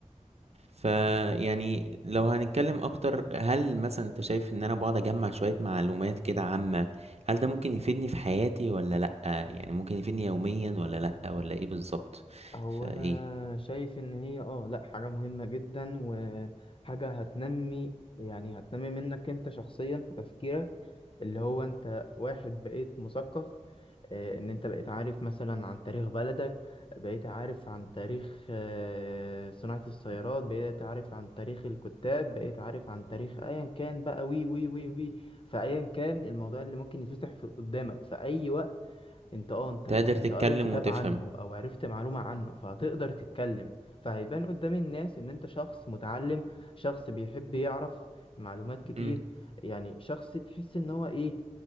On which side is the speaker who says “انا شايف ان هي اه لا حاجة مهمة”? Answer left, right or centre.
Left